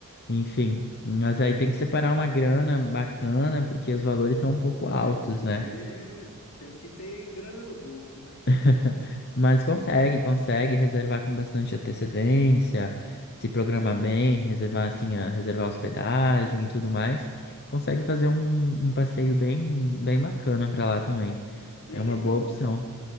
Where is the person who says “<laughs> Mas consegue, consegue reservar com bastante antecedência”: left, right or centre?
Left